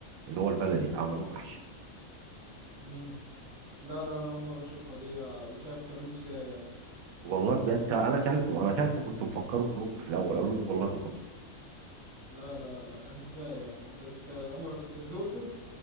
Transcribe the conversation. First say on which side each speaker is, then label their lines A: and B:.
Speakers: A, on the right (about 90°); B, on the right (about 70°).
A: اللي هو البلدي عملوه محشي
B: امم لا لا انا اول مرة اشوفها دي آه، مش عارف كلوش ازاي يعني.
A: والله بجد انا اكلته انا اكلته كنت مفكره كرومب في الاول قالوا لي والله ده خس
B: لا لا لا ازاي يعني انت انت عمرك دوقته